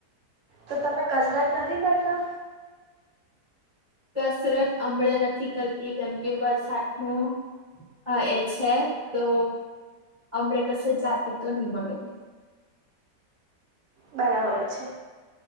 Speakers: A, on the right; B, on the right.
A: તો તમે કસરત નથી કરતા?
B: કસરત હમળ નથી કરતી કેમ કે વરસાદનો હા એ છે તો અમને કશે જાતિ તો નહી મળે.
A: બરાબર છે.